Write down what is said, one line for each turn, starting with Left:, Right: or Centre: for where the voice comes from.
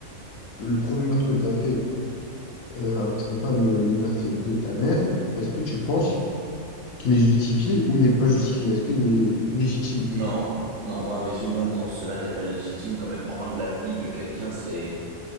Left: que le premier meurtre que tu as fait, euh, alors que c'était pas le, le meurtrier de ta mère, est-ce que tu penses Qu'il est justifié ou il n'est pas justifié? Est-ce qu'il est légitime?
Right: Non, non, moi, à mes yeux, moi, non, cela n'est pas légitime. Quand même, prendre la vie de quelqu'un, c'est,